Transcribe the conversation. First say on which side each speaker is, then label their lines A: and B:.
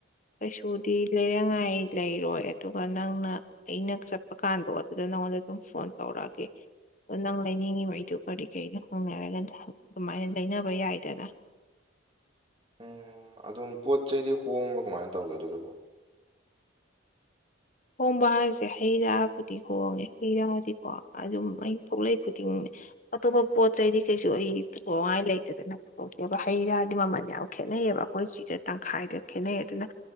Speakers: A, on the left; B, on the right.
A: ꯀꯩꯁꯨꯗꯤ ꯂꯩꯔꯉꯥꯏ ꯂꯩꯔꯣꯏ ꯑꯗꯨꯒ ꯅꯪꯅ ꯑꯩꯅ ꯆꯠꯄ ꯀꯥꯟꯗꯣ ꯑꯗꯨꯗ ꯅꯪꯉꯣꯟꯗ ꯑꯗꯨꯝ ꯐꯣꯟ ꯇꯧꯔꯛꯑꯒꯦ꯫ ꯑꯗ ꯅꯪ ꯂꯩꯅꯤꯡꯉꯤꯉꯩꯗꯨ ꯀꯔꯤ ꯀꯔꯤꯅꯣ ꯍꯣꯡꯒꯦ ꯍꯥꯏꯔꯒꯗꯤ ꯑꯗꯨꯃꯥꯏꯅ ꯂꯩꯅꯕ ꯌꯥꯏꯗꯅ
B: ꯎꯝ ꯑꯗꯨꯝ ꯄꯣꯠ ꯆꯩꯗꯤ ꯍꯣꯡꯕ꯭ꯔ ꯀꯃꯥꯏꯅ ꯇꯧꯒꯦ ꯑꯗꯨꯗꯕꯨ
A: ꯍꯣꯡꯕ ꯍꯥꯏꯁꯦ ꯍꯩ ꯔꯥꯕꯨꯗꯤ ꯍꯣꯡꯉꯦ ꯍꯩ ꯔꯥꯗꯤꯀꯣ ꯑꯗꯨꯝ ꯑꯩ ꯊꯣꯛꯂꯛ ꯈꯨꯗꯤꯡꯅꯦ ꯑꯇꯣꯞꯄ ꯄꯣꯠ ꯆꯩꯗꯤ ꯀꯩꯁꯨ ꯑꯩ ꯄꯨꯊꯣꯛꯉꯥꯏ ꯂꯩꯇꯦꯗꯅ ꯄꯨꯊꯣꯛꯇꯦꯕ ꯍꯩ ꯔꯥꯗꯤ ꯃꯃꯜ ꯌꯥꯝ ꯈꯦꯠꯅꯩꯕ ꯑꯩꯈꯣꯏ ꯁꯤꯒ ꯇꯪꯈꯥꯏꯗ ꯈꯦꯠꯅꯩ ꯑꯗꯨꯅ